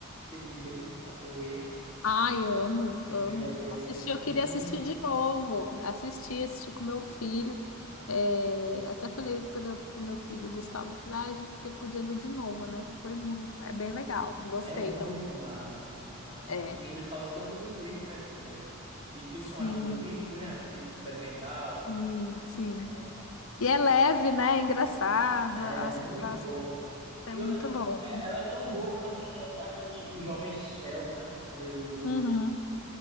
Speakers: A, on the right; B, on the left.
A: The Big Bang, a teoria.
B: Ai, amo,
A: Big
B: amo.
A: Bang, a teoria,
B: Assisti,
A: muito.
B: eu queria assistir de novo. Assisti, assisti com meu filho. É, até falei para o meu filho Gustavo, falei, ai, a gente que podia ver de novo, né? Que foi muito. É bem legal. Gostei
A: É muito
B: também.
A: massa, muito massa.
B: É.
A: E ele fala sobre muito isso, né? Sobre a ficção científica. Eles são
B: Sim,
A: astrofísicos, né? Físico experimental.
B: sim, sim.
A: É,
B: E é leve, né? É engraçado.
A: é
B: As,
A: muito
B: as-
A: bom.
B: é
A: E
B: muito
A: eu- é-
B: bom.
A: ela é tão boa que eu assisti até aquele, o Jovem Sheldon, né? Quando ele é novo.
B: Uhum,